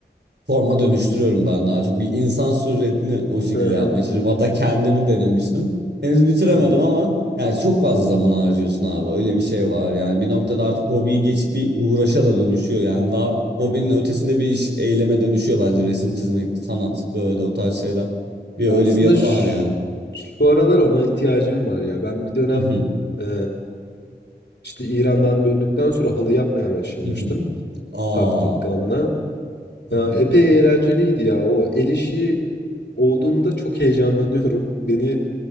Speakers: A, on the right; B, on the left.
A: forma dönüştürüyorum ben daha çok. Bir insan suretini o şekilde
B: Hı hı.
A: yapmaya çalışıyorum. Hatta kendimi denemiştim. Henüz bitiremedim
B: Hı hı.
A: ama yani çok fazla zaman harcıyorsun abi. Öyle bir şey var. Yani bir noktada artık hobiyi geçip bir uğraşa da dönüşüyor. Yani daha hobinin
B: Hı hı.
A: ötesinde bir iş, eyleme dönüşüyor bence. Resim çizmek, sanat böyle o tarz şeyler. Bir
B: Ya
A: öyle
B: aslında
A: bir yanı
B: şu,
A: var yani.
B: şu aralar ona ihtiyacım var ya. Ben bir dönem
A: Mhm,
B: e, işte İran'dan döndükten sonra halı yapmaya başlamıştım.
A: mhm. Aa.
B: Tafting gun'la.
A: Mhm,
B: Ya, epey eğlenceliydi ya. O el işi olduğunda çok heyecanlanıyorum. <laughs> Beni